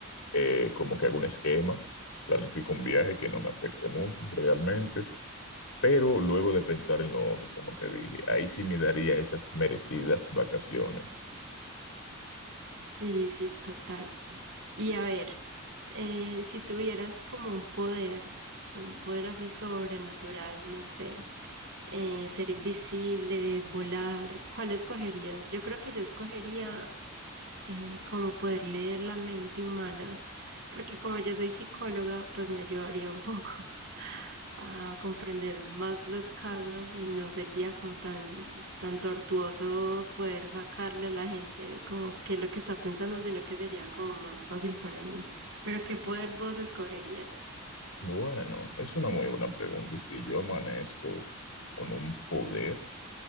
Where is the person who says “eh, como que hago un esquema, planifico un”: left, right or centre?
Left